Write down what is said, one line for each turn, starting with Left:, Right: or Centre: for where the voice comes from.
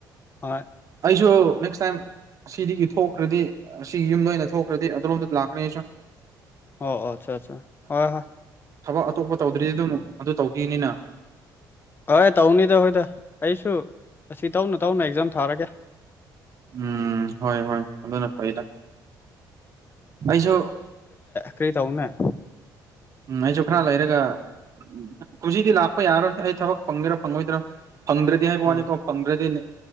Left: ꯍꯣꯏ
Right: ꯑꯩꯁꯨ ꯅꯦꯛꯁ ꯇꯥꯏꯝ ꯑꯁꯤꯗꯒꯤ ꯊꯣꯛꯈ꯭ꯔꯗꯤ ꯑꯁꯤꯒꯤ ꯌꯨꯝꯗ ꯑꯣꯏꯅ ꯊꯣꯛꯈ꯭ꯔꯗꯤ ꯑꯗꯣꯝꯗ ꯂꯥꯛꯀꯅꯤꯁꯨ
Left: ꯑꯣ ꯑꯠꯆꯥ ꯑꯆꯥ ꯍꯣꯏ ꯍꯣꯏ
Right: ꯊꯕꯛ ꯑꯇꯣꯞꯄ ꯇꯧꯗ꯭ꯔꯤꯗꯤ ꯑꯗꯨꯝ ꯑꯗꯨ ꯇꯧꯈꯤꯅꯤꯅ
Left: ꯍ ꯇꯧꯅꯤꯗ ꯍꯈꯣꯏꯗ ꯑꯩꯁꯨ ꯑꯁꯤ ꯇꯧꯅ ꯇꯧꯅ ꯑꯦꯛꯖꯥꯝ ꯊꯥꯔꯒꯦ
Right: ꯎꯝ ꯍꯣꯏ ꯍꯣꯏ ꯑꯗꯨꯅ ꯐꯩꯗ ꯑꯩꯁꯨ
Left: ꯀꯩ ꯇꯧꯅꯦ
Right: ꯎꯝ ꯑꯩꯁꯨ ꯈꯔ ꯂꯩꯔꯒ ꯎꯝ ꯀꯁꯤꯗꯤ ꯂꯥꯛꯄ ꯌꯥꯔꯣꯏ ꯑꯩ ꯊꯕꯛ ꯐꯪꯗꯦꯔꯥ ꯐꯪꯉꯣꯏꯗ꯭ꯔꯥ ꯐꯪꯗ꯭ꯔꯦ ꯗꯤ
Left: ꯎꯝ
Right: ꯍꯥꯏꯕ ꯋꯥꯅꯤꯀꯣ ꯐꯪꯗ꯭ꯔꯗꯤꯅꯦ